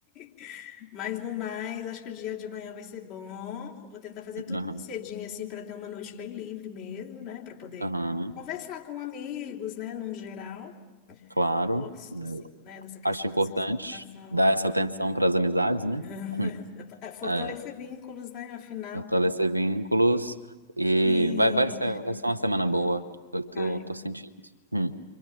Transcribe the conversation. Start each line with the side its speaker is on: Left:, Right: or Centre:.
Left: <laughs> Mas no mais, acho que o dia de amanhã vai ser bom. Vou tentar fazer tudo
Right: aham,
Left: mais cedinho, assim, para ter uma noite bem livre mesmo, né? Para poder
Right: aham,
Left: conversar com amigos, né? Num geral.
Right: claro.
Left: Gosto,
Right: Eu
Left: assim, né? Dessa questão
Right: acho importante
Left: da socialização.
Right: dar
Left: É...
Right: essa atenção para as amizades, né?
Left: <laughs>
Right: Hum,
Left: é Fortalecer
Right: é.
Left: vínculos, né? Afinal.
Right: Fortalecer vínculos e
Left: E
Right: vai, vai ser, vai ser uma semana boa. Eu
Left: vai.
Right: tô, tô sentindo. Hum,